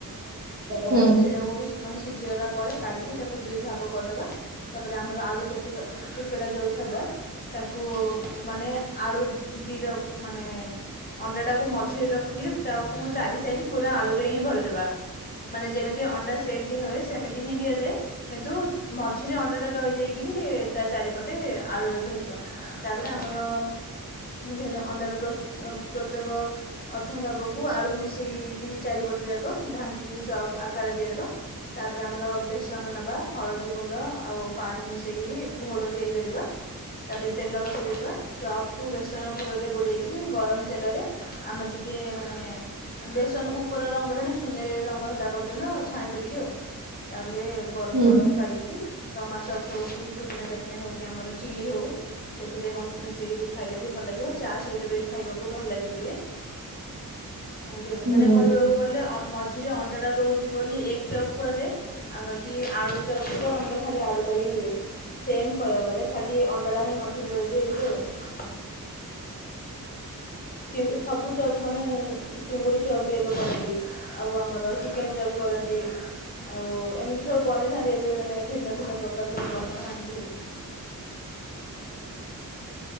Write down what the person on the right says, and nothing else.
ହୁଁ
ହୁଁ
ହୁଁ